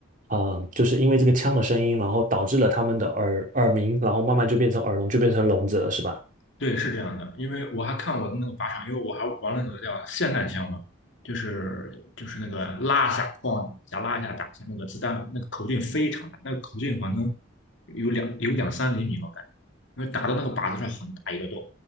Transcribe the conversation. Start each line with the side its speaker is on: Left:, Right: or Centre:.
Right: 呃，就是因为这个枪的声音，然后导致了他们的耳耳鸣，然后慢慢就变成耳聋，就变成聋子了，是吧？
Left: 对，是这样的，因为我还看我的那个靶场，因为我还玩了那个叫霰弹枪嘛，就是就是那个拉一下框一下拉一下打一下那个子弹那个口径非常大，那个口径可能有两有两三厘米，吧，感觉，因为打到那个靶子上很大一个洞，